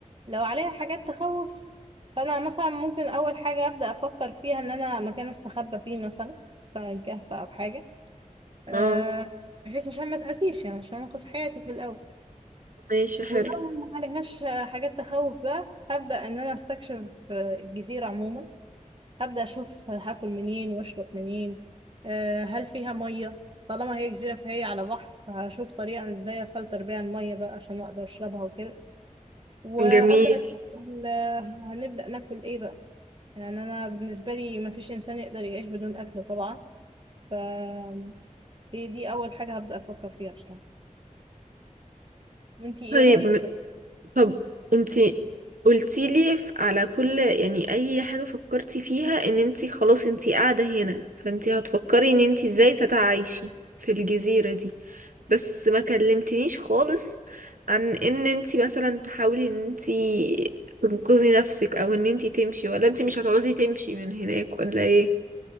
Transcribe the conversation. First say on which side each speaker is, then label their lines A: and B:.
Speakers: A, on the right; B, on the right.
A: لو عليها حاجات تخوف فانا مثلا ممكن اول حاجه ابدا افكر فيها ان انا مكان استخبى فيه مثلا سواء كهف او حاجه أه
B: اه
A: بحيث عشان ما تاذيش يعني عشان انقذ حياتي في الاول
B: ماشي حلو
A: ولو ما عليهاش حاجات تخوف بقى هبدأ إن أنا أستكشف الجزيرة عموما هبدأ أشوف هاكل منين وأشرب منين آه، هل فيها مية طالما هي جزيرة فهي على بحر فهشوف طريقة إزاي أفلتر بيها المية بقى عشان أقدر أشربها وكده وأبدأ
B: جميل
A: أشوف ال- هنبدأ ناكل إيه بقى يعني أنا بالنسبة لي مفيش إنسان يقدر يعيش بدون أكل طبعا فدي دي أول حاجة هبدأ أفكر فيها بصراحة وإنتي إيه
B: طيب
A: رأيك
B: م-
A: بقى؟
B: طب انتي قلتيلي ف- على كل يعني اي حاجة فكرتي فيها ان انتي خلاص انتي قاعدة هنا فانتي هتفكري ان انتي ازاي تتعايشي في الجزيرة دي بس ما كلمتنيش خالص عن ان انتي مثلا تحاولي ان انتي تنقذي نفسك او ان انتي تمشي ولا انتي مش هتعوزي تمشي من هناك ولا ايه